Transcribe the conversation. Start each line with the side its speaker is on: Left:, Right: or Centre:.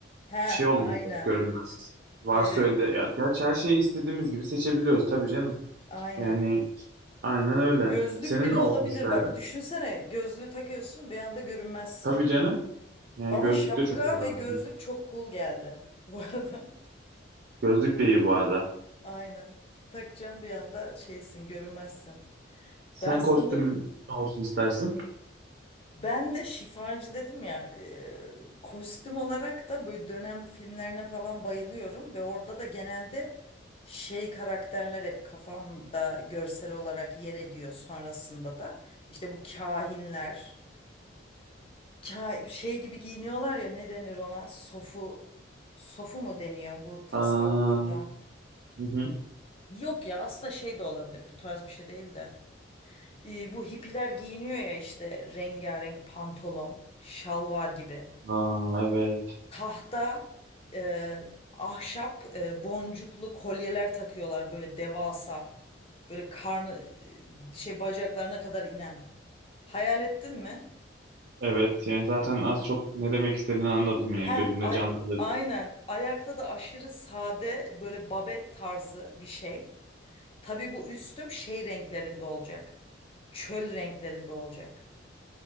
Left: He,
Right: şey olayım
Left: aynen.
Right: dedim, görünmez. Varsa
Left: Evet,
Right: öyle. Ya, gerçi her şeyi istediğimiz gibi seçebiliyoruz tabii canım.
Left: aynen.
Right: Yani aynen öyle.
Left: Gözlük
Right: Senin
Left: bile
Right: ne
Left: olabilir.
Right: olsun isterdin?
Left: Bak düşünsene gözlüğü takıyorsun bir anda görünmezsin.
Right: Tabii canım. Yani
Left: Bana
Right: gözlük
Left: şapka
Right: de çok iyi var.
Left: ve gözlük çok cool geldi bu arada. <laughs>
Right: Gözlük de iyi bu arada.
Left: Aynen. Takacağım bir anda şeysin görünmezsin.
Right: Sen
Left: Ben sanırım
Right: kostümün ne olsun istersin?
Left: Ben de şifacı dedim ya e, kostüm olarak da böyle dönem filmlerine falan bayılıyorum ve orada da genelde şey karakterler hep kafamda görsel olarak yer ediyor sonrasında da işte bu kahinler ka- şey gibi giyiniyorlar ya ne denir ona sofu sofu mu deniyor bu tasavvufta
Right: Aa, hı hı.
Left: yok ya aslında şey de olabilir bu tarz bir şey değil de E, bu hippiler giyiniyor ya işte rengarenk pantolon şalvar gibi.
Right: Aa, evet.
Left: tahta e, ahşap e, boncuklu kolyeler takıyorlar böyle devasa böyle karnı e, şey bacaklarına kadar inen. Hayal ettin mi?
Right: Evet yani zaten az çok ne demek istediğini anladım yani
Left: Ha,
Right: gözümde
Left: ay,
Right: canlandırdım.
Left: aynen. Ayakta da aşırı sade böyle babet tarzı bir şey. Tabii bu üstüm şey renklerinde olacak. Çöl renklerinde olacak.